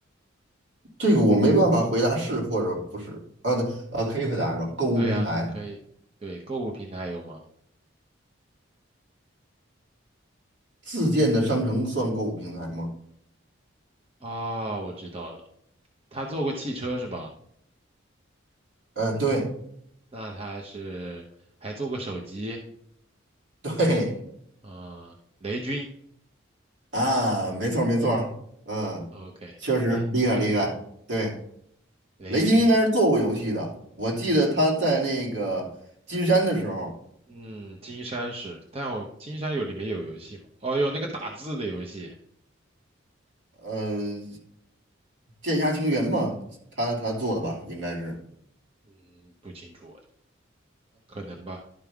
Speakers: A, on the right; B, on the right.
A: 这个我没办法回答是或者不是。啊，对，啊，可以回答是吧？购物平台。
B: 对呀，可以，对，购物平台有吗？
A: 自建的商城算购物平台吗？
B: 啊，我知道了，他做过汽车是吧？
A: 呃，对
B: 那他是还做过手机，
A: 对
B: 嗯、雷军
A: 啊，没错儿没错儿嗯，
B: ，OK，
A: 确实厉害厉害。
B: 雷
A: 对，
B: 雷军，
A: 雷军应该是做过游戏的，我记得他在那个金山的时候，
B: 嗯，金山是，但我金山有里面有游戏吗？哦，有那个打字的游戏。
A: 呃，剑侠情缘嘛，他他做的吧，应该是。
B: 嗯，不清楚，可能吧。